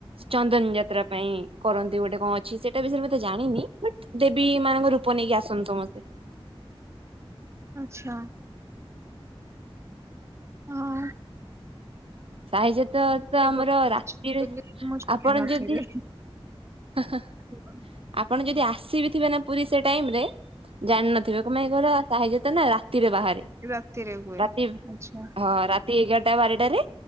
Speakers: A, on the right; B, on the right.
A: ଚନ୍ଦନ ଯାତ୍ରା ପାଇଁ କରନ୍ତି ଗୋଟେ କଣ ଅଛି ସେଇଟା ବିଷୟରେତେ ଜାଣିନି ବଟ୍ ଦେବୀ ମାନଙ୍କ ରୂପ ନେଇକି ଆସନ୍ତି ସମସ୍ତେ।
B: ଆଚ୍ଛା। ହଁ।
A: ସାହିଜାତ
B: ଏତେ
A: ତ ଆମର
B: ଗରମ
A: ରାତିରେ
B: ଅଛି ବୋଲି ମୁଁ ଜାଣିନଥିଲି।
A: ଆପଣ ଯଦି ହଁ ହଁ।
B: ହଁ <inaudible>
A: ଆପଣ ଯଦି ଆସିବି ଥିବେ ନା ପୁରୀ ସେ ଟାଇମ୍ ରେ ଜାଣିନଥିବେ କଣ ପାଇଁ କହିଲ ସାହିଯାତ୍ରା ଟା ନା ରାତିରେ ବାହାରେ।
B: ରାତିରେ ହୁଏ
A: ରାତି
B: ଆଚ୍ଛା।
A: ହଁ ରାତି ଏଗାରଟା ବାରଟାରେ